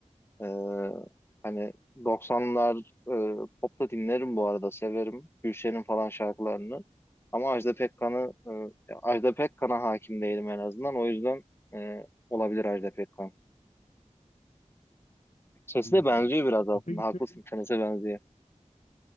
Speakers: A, on the left; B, on the left.
A: Ee, hani 90'lar e, pop da dinlerim bu arada severim. Gülşen'in falan şarkılarını. Ama Ajda Pekkan'ı e, Ajda Pekkan'a hakim değilim en azından. O yüzden e, olabilir Ajda Pekkan. Sesi
B: Hmm.
A: de benziyor biraz aslında.
B: E, peki
A: Haklısın
B: sen-
A: senese benziyor.